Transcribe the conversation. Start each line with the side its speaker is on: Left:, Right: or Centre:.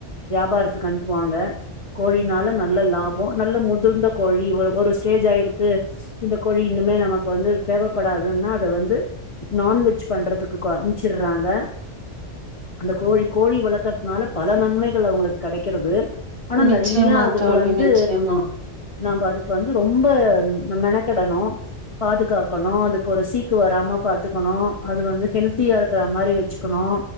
Left: வியாபாரத்துக்கு அனுப்புவாங்க கோழினால நல்ல லாபொ நல்ல முதிர்ந்த கோழி ஒரு ஸ்டேஜ் ஆயிடுத்து இந்த கோழி இன்னுமே நமக்கு வந்து தேவ படாதுன்னா அத வந்து நான்வெஜ் பண்றதுக்கு க அம்ச்சுர்றாங்க அந்த கோழி கோழி வளக்கற்த்னால பல நன்மைகள் அவுங்களுக் கெடைக்கிறது ஆனா
Right: நிச்சயமா
Left: நெறைய அதுக்கு
Right: தோழி
Left: வந்து
Right: நிச்சயமா
Left: நாம்ப அதுக்கு வந்து ரொம்ப மெனக்கெடனு பாதுகாக் கணு அதுக்கு ஒரு சீக்கு வராம பாத்துக்கணு அது வந்து ஹெல்தியா இருக்குற மாரி வச்சுகணு